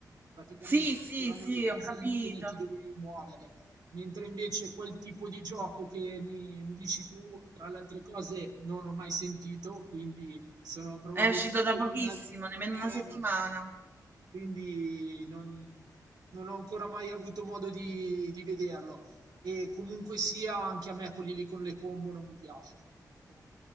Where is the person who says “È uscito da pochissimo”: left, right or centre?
Right